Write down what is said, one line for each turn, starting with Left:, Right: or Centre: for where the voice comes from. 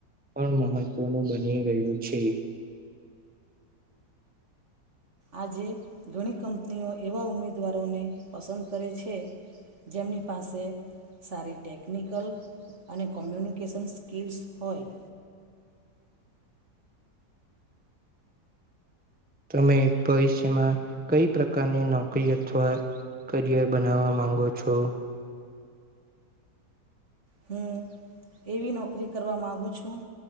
Centre: પણ મહત્વનું બની ગયું છે.
Right: આજે ઘણી કંની <unintelligible> એવા ઉમેદ <unintelligible> ઉમેદવારોને પસંદ કરે છે <unintelligible> જેમની પાસે સારી ટેક <unintelligible> ટેકનિકલ અને કોમ્યુનિક <unintelligible> કેશન સ્કિલ્સ હોય
Centre: તમે ભવિષ્યમાં કઈ પ્રકારની નોકરી અથવા કરિયર બનાવવા માંગો છો.
Right: હું એવી નોકરી કરવા માગુ છું.